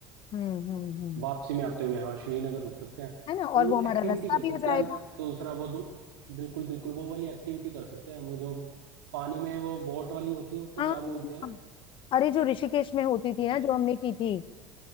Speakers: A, on the left; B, on the right.
A: हम्म हम्म हम्म
B: वापसी में आते हुए हाँ श्रीनगर रुक सकते हैं
A: है ना
B: वो
A: और वो हमारा
B: एक्टिविटी
A: रास्ता
B: कर
A: भी
B: सकते
A: हो जाएगा
B: हैं हम दूसरा वो दू, बिल्कुल बिल्कुल वो वाली एक्टिविटी कर सकते हैं वो जो पानी में वो बोट वाली होती है उसको
A: हाँ
B: क्या
A: हाँ।
B: बोलते हैं
A: अरे जो ऋषिकेश में होती थी ना
B: क्या-
A: जो हमने की थी